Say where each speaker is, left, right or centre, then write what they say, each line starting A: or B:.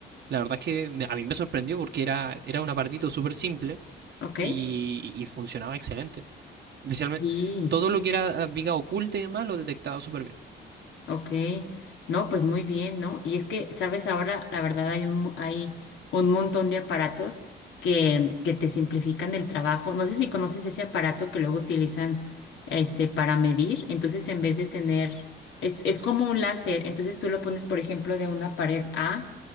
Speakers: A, on the right (about 60°); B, on the left (about 75°).
A: La verdad es que me- a mí me sorprendió porque era, era un apartito súper simple
B: Ok.
A: y, y funcionaba excelente. Especialmente
B: Sí.
A: todo lo que era ah, viga oculta y demás lo detectaba súper bien.
B: Ok, no, pues muy bien, ¿no? Y es que, sabes, ahora la verdad hay un, mu- hay un montón de aparatos que, que te simplifican el trabajo. No sé si conoces ese aparato que luego utilizan este, para medir. Entonces, en vez de tener, es, es como un láser, entonces tú lo pones, por ejemplo, de una pared A